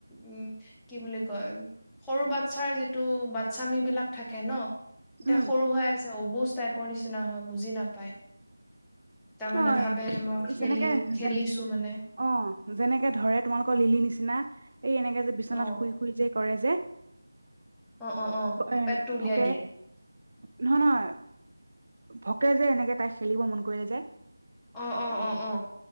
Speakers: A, in the centre; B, on the right (about 55°).
A: উম কি বুলি কয় সৰু বাচ্ছাৰ যিটো বাচ্ছামী বিলাক থাকে ন এতিয়া
B: উম
A: সৰু হৈ আছে অবুজ ৰ নিচিনা হয় বুজি নাপায় তাৰমানে
B: ন
A: ভাবে মই খেলিম
B: যেনেকে
A: খেলিছো
B: যে
A: মানে
B: অ যেনেকে ধৰে তোমালোক ক লিলি নিচিনা এই এনেকে যে বিচনাত
A: অ
B: শুই শুই যে কৰে যে
A: অ অ অ
B: এ
A: পেটটো উলিয়াই
B: ভকে
A: দিয়ে
B: নহয় নহয় ভকে যে এনেকে তাই খেলিব মন কৰিলে যে
A: অ অ অ অ